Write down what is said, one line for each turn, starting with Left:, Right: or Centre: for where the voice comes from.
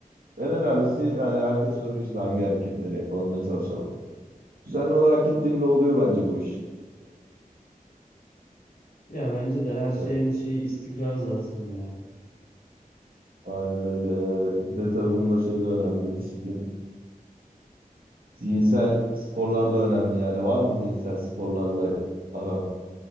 Right: En önemlisi yani herkes soruyor işte hangi hareketleri yapalım, ne çalışalım. Düzenli olarak gittiğinde oluyor bence bu iş.
Left: Ya bence de her
Right: Evet,
Left: şeyin şeyi istikrar zaten ya.
Right: aynen öyle. Bir de tabii bunda şey de önemli, disiplin. Zihinsel sporlar da önemli yani. Var mı zihinsel sporlarla aran?